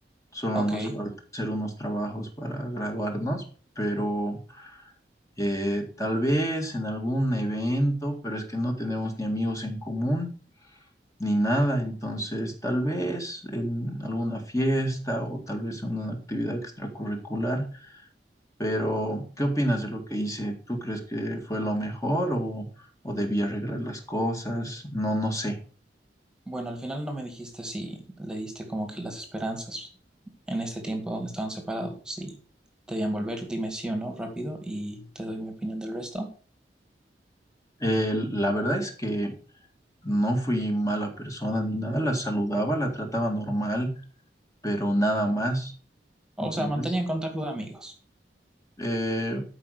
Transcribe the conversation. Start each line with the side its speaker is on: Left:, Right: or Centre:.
Left: solo
Centre: Ok,
Left: nos falta hacer unos trabajos para graduarnos, pero Eh, tal vez en algún evento, pero es que no tenemos ni amigos en común ni nada, entonces tal vez en alguna fiesta o tal vez en una actividad extracurricular, pero ¿qué opinas de lo que hice? ¿Tú crees que fue lo mejor o, o debí arreglar las cosas? No, no sé.
Centre: Bueno, al final no me dijiste si le diste como que las esperanzas en este tiempo donde estaban separados, si te debían volver, dime sí o no rápido y te doy mi opinión del resto.
Left: Eh, la verdad es que no fui mala persona ni nada, la saludaba, la trataba normal, pero nada más, ¿entiendes?
Centre: O sea, mantenían contacto de amigos,
Left: Eh,